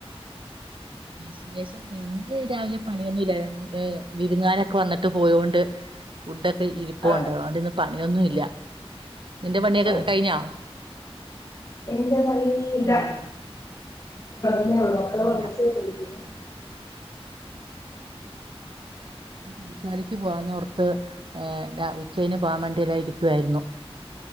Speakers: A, on the right; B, on the left.
A: വിശേഷം ഇന്ന് രാവിലെ പണിയൊന്നും ഇല്ലായിരുന്നു ഏഹ് വിരുന്നുകാരൊക്കെ വന്നിട്ട് പോയോണ്ട് ഫുഡൊ ടെ ഇരിപ്പുണ്ട്
B: ആ
A: അതൊണ്ട് ഇന്ന് പ പണിയൊന്നും ഇല്ല നിന്റെ പണിയൊക്കെ
B: ആ
A: കഴിഞ്ഞോ
B: <inaudible> പണി
A: ആഹ്
B: തൊടങ്ങ് ന്നെ ഒള്ളൂ മക്കൾ മദ്രസെ
A: ഇല്ല
B: പോയിരിക്കാ
A: വിശാലിക്ക് പോവാന്ന് ഒർത്ത് ഏ രാ ഉച്ചയ്ൻ പോവാമാണ്ടി എല്ലാം ഇരിക്കുവായിരുന്നു